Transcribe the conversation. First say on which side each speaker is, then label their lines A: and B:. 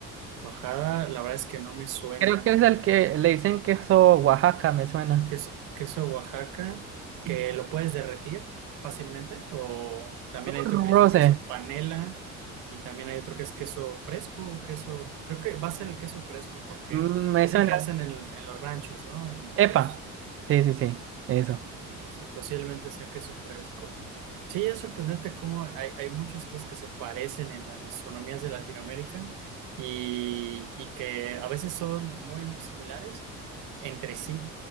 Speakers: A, on the right (about 80°); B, on the right (about 45°).
A: Oaxaca, la verdad es que no me suena.
B: Creo que es el que le dicen queso Oaxaca, me suena.
A: ¿Queso, queso Oaxaca? ¿Que lo puedes derretir fácilmente? O también
B: Un
A: hay otro que le
B: roce.
A: dicen queso panela. Y también hay otro que es queso fresco, o queso. Creo que va a ser el queso fresco porque
B: Mm, Me
A: es
B: suena
A: el que hacen en, en los ranchos, ¿no? En
B: Epa.
A: los
B: Sí, sí, sí. Eso.
A: Entonces, sí, posiblemente sea queso fresco. Sí, es sorprendente cómo hay, hay muchas cosas que se parecen en las gastronomías de Latinoamérica y, y que a veces son muy, muy similares entre sí,